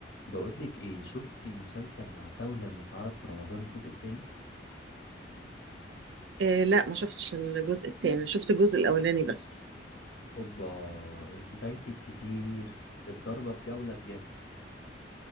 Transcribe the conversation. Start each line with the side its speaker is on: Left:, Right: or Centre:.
Left: بقولك ايه شفتي مسلسل العتاولة اللي اتعرض في رمضان الجزء التاني
Right: آه لا ما شفتش الجزء التاني شفت الجزء الأولاني بس
Left: اوبا انتي فايتك كتير الضربة بجولة بجد